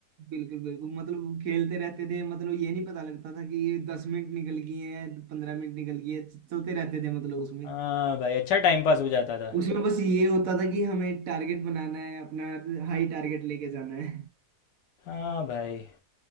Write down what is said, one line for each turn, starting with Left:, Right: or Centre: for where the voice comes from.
Right: बिल्कुल बिल्कुल मतलब खेलते रहते थे मतलब ये नहीं पता लगता था कि ये दस मिनट निकल गई हैं पंद्रह मिनट निकल गई है चलते रहते थे मतलब उसमें
Left: हाँ भाई अच्छा टाइम पास हो जाता था
Right: उसमें बस ये होता था कि हमें टारगेट बनाना है अपना हाई टारगेट लेके जाना है
Left: हाँ भाई